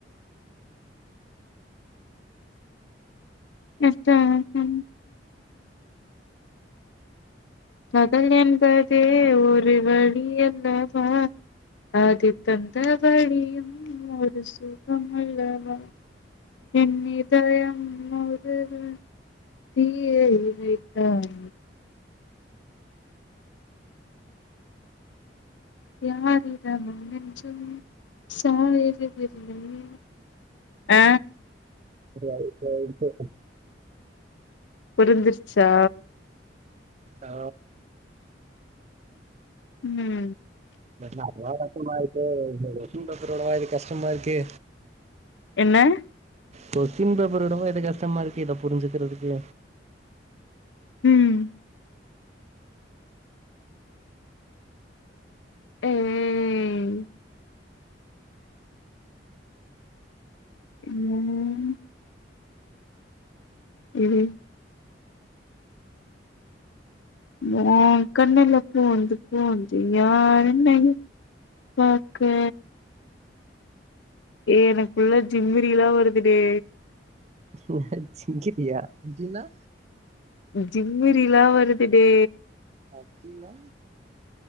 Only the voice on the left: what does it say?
நஷ்டோ ஆ பி காதல் என்பதே ஒரு வலி அல்லவா அதுத்தந்த வலியும் ஒரு சுகமல்லவா என் இதயம் முழுதும் தீயே வைத்தாய் யாரிடமும் நெஞ்சம் சாய்கரதில்லையே ஆ
புரிஞ்சிருச்சா
ம்
என்ன
ம் ஏய் ம் எது ரா கண்ணுல பூந்து பூந்துயாருன்னே பாக்கே ஏ எனக்குள்ள ஜிம்மு ரீலா வருதுடே
ஜிம்மு ரீலா வருதுடே